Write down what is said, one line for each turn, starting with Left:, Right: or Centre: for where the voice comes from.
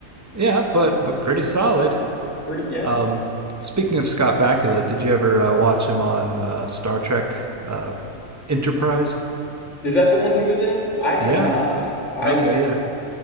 Right: yeah, but but pretty solid.
Left: pretty yeah.
Right: Um, speaking of Scott Bakula, did you ever uh, watch him on uh, Star Trek uh, Enterprise?
Left: Is that the one he was in? I have
Right: Yeah,
Left: not.
Right: yeah.
Left: I
Right: Okay, yeah.